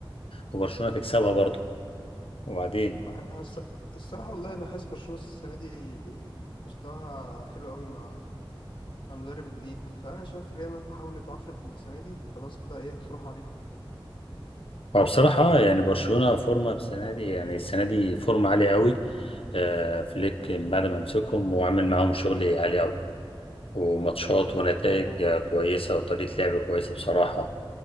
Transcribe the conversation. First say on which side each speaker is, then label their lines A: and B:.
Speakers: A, on the left; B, on the left.
A: وبرشلونة تكسبها برضه وبعدين
B: بقى الص- الصراحة والله أنا حاسس برشلونة السنة دي مستواها حلو قوي مع مع المدرب الجديد فأنا شايف الريال مهما حاولت وعفرت السنة دي خلاص كده إيه هتروح عليها
A: فبصراحة يعني برشلونة فورمة السنة دي يعني السنة دي فورمة عالية قوي آه، فليك بعد ما مسكهم وعمل معاهم شغل عالي قوي وماتشات ونتائج
B: و-
A: آه، كويسة وطريقة لعب كويسة بصراحة